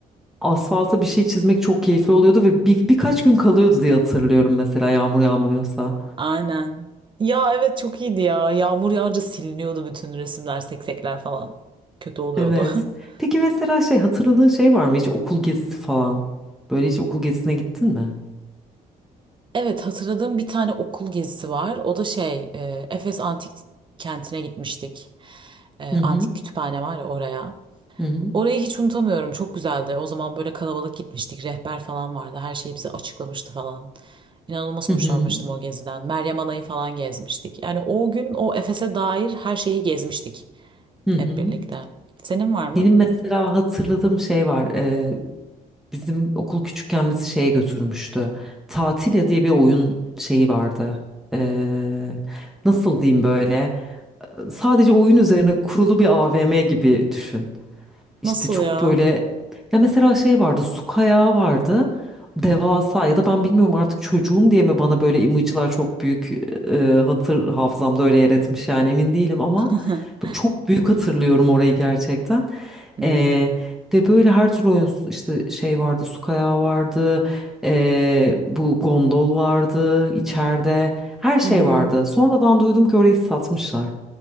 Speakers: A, in the centre; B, on the right (about 30°).
A: asfalta bir şey çizmek çok keyifli oluyordu ve bir, birkaç gün kalıyordu diye hatırlıyorum mesela yağmur yağmıyorsa.
B: Aynen. Ya evet çok iyiydi ya. Yağmur yağınca siliniyordu bütün resimler, seksekler falan. Kötü oluyordu.
A: Evet.
B: <laughs>
A: Peki mesela şey hatırladığın şey var mı hiç okul gezisi falan? Böyle hiç okul gezisine gittin mi?
B: Evet hatırladığım bir tane okul gezisi var. O da şey e, Efes Antik Kenti'ne gitmiştik. E,
A: Hı
B: antik
A: hı.
B: kütüphane var ya oraya.
A: Hı hı.
B: Orayı hiç unutamıyorum. Çok güzeldi. O zaman böyle kalabalık gitmiştik. Rehber falan vardı. Her şeyi bize açıklamıştı falan. İnanılmaz
A: Hı
B: hoşlanmıştım
A: hı.
B: o geziden. Meryem Ana'yı falan gezmiştik. Yani o gün o Efes'e dair her şeyi gezmiştik
A: Hı hı.
B: hep birlikte. Senin var mı?
A: Benim mesela hatırladığım şey var. Ee, bizim okul küçükken bizi şeye götürmüştü. Tatilya diye bir oyun şeyi vardı. Ee, nasıl diyeyim böyle? Sadece oyun üzerine kurulu bir AVM gibi düşün. İşte
B: Nasıl
A: çok
B: ya?
A: böyle ya mesela şey vardı su kayağı vardı devasa ya da ben bilmiyorum artık çocuğum diye mi bana böyle imajlar çok büyük e, hatır hafızamda öyle yer etmiş yani emin değilim ama
B: <laughs>
A: böyle çok büyük hatırlıyorum orayı gerçekten.
B: Hmm.
A: E, ve böyle her türlü oyun işte şey vardı su kayağı vardı e, bu gondol vardı içeride her şey
B: Hı hı.
A: vardı sonradan duydum ki orayı satmışlar.